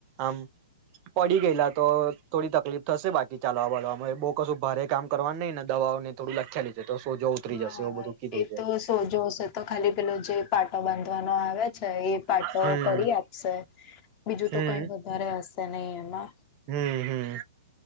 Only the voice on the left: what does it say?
હા
એ
તો સોજો હશે તો ખાલી પેલો જે પા તો બંધ આવે છે એ પાટો
કરી આપશે બીજું
તો કઈ વધારે હશે નહ એમાં